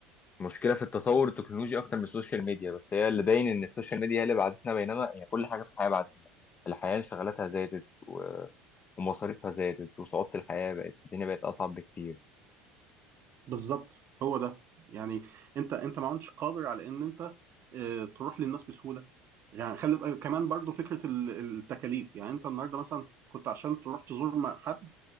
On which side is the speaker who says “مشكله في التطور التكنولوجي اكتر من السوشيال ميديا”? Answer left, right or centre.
Left